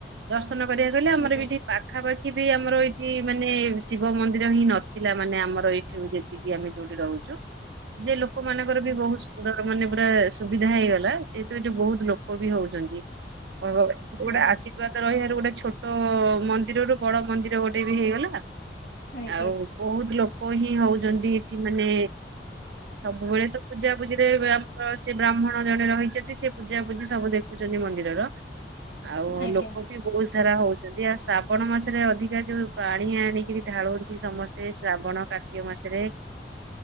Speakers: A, on the right; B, on the left.
A: ଦସ୍ କରିବାକୁ କଲେ ଆମର
B: ଆଜ୍ଞା
A: ବି ଏଠି ପାଖାପାଖି ବି ଆମର ଏଇଠି ମାନେ ଶିବ ମନ୍ଦିର ହିଁ ନଥିଲା ମାନେ ଆମର ଏଇଠି ଯେତିକି ଆମେ ଯୋଉଠି ରହୁଛୁ ଯେ ଲୋକ ମାନଙ୍କର ବି
B: ଆଜ୍ଞା
A: ବହୁତ ସୁନ୍ଦର ମାନେ ପୁରା ସୁବିଧା ହେଇଗଲା ଯେେତୁ ଏଠି ବହୁତ ଲୋକ ବି ହଉଛନ୍ତି ହ ହ ଗୋଟେ
B: ଆଜ୍ଞା
A: ଆଶୀର୍ବାଦ ରହିବାରେ ଗୋଟେ ଛୋଟ ମନ୍ଦିରରୁ ବଡ଼ ମନ୍ଦିର ଗୋଟେ ବି ହେଇଗଲା
B: ଆଜ୍ଞା
A: ଆଉ ବହୁତ ଲୋକ ହିଁ ହଉଛି ଏଠି ମାନେ ସବୁବେଳେ ତ ପୂଜା ପୂଜିରେ ଆମର ସେ ବ୍ରାହ୍ମଣ ଜଣେ ରହିଛନ୍ତି ସେ ପୂଜାପୂଜି ସବୁ ଦେଖୁଛନ୍ତି ମନ୍ଦିରର ଆଉ
B: ଆଜ୍ଞା
A: ଲୋକ ବି ବହୁତ ସାରା ହଉଛନ୍ତି ଆଉ ଶ୍ରାବଣ ମାସରେ ଅଧିକା ଯେଉ ପାଣି ଆଣିକରି ଢାଳନ୍ତି ସମସ୍ତେ ଶ୍ରାବଣ କାର୍ତ୍ତିକ ମାସରେ